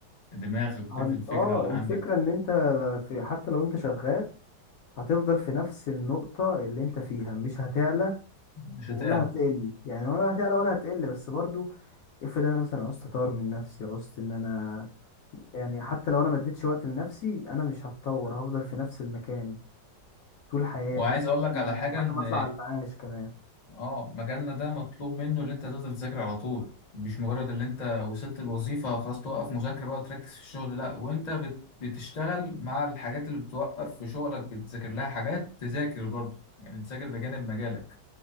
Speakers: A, on the left (about 50°); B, on the left (about 65°).
A: دماغك وبتقتل
B: عن-
A: الفكرة
B: اه
A: اللي
B: الفكرة
A: عندك
B: ان انت في حتى لو انت شغال هتفضل في نفس النقطة اللي انت فيها مش هتعلى
A: مش
B: ولا
A: هتعرف
B: هتقل يعني ولا هتعلى ولا هتقل بس برضو افرض انا مثلا عوزت اطور من نفسي عوزت ان انا يعني حتى لو انا ما اديتش وقت لنفسي انا مش هتطور هفضل في نفس المكان طول حياتي
A: وعايز
B: لحد
A: اقول لك
B: ما
A: على حاجه
B: لحد
A: ان
B: ما اطلع على المعاش كمان
A: اه مجالنا ده مطلوب منه اللي انت تفضل تذاكر على طول مش مجرد اللي انت وصلت الوظيفه خلاص توقف مذاكره بقى وتركز في الشغل لا وانت بت- بتشتغل مع الحاجات اللي بتوقف في شغلك بتذاكر لها حاجات تذاكر برضه يعني تذاكر بجانب مجالك